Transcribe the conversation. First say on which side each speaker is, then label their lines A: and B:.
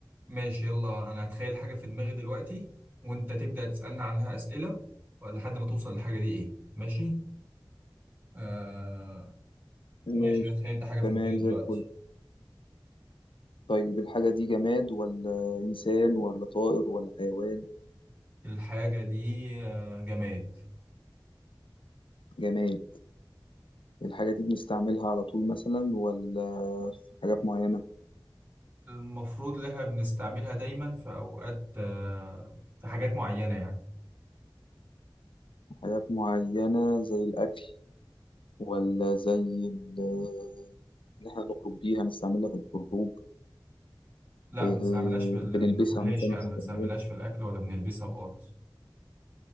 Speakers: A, on the right (about 20°); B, on the left (about 80°).
A: ماشي يلا انا هتخيل حاجة في دماغي دلوقتي وانت تبدأ تسألني عنها أسئلة لحد ما توصل للحاجة دي ايه ماشي آه ماشي
B: ماشي
A: انا تخيلت حاجة في
B: تمام
A: دماغي دلوقتي
B: زي الفل طيب الحاجة دي جماد ولا إنسان ولا طائر ولا حيوان
A: الحاجة دي آه جماد
B: جماد الحاجة دي بنستعملها على طول مثلا ولا في حاجات معينة
A: المفروض ان احنا بنستعملها دايما في اوقات آه في حاجات معينة يعني
B: حاجات معينة زي الأكل ولا زي ال- إن إحنا نخرج بيها نستعملها في الخروج
A: لا
B: أه
A: ما بنستعملهاش في ال...
B: بنلبسها
A: ما بناكلهاش
B: مثلا
A: يعني
B: إحنا
A: ما
B: كمان
A: بنستعملهاش في الاكل ولا بنلبسها خالص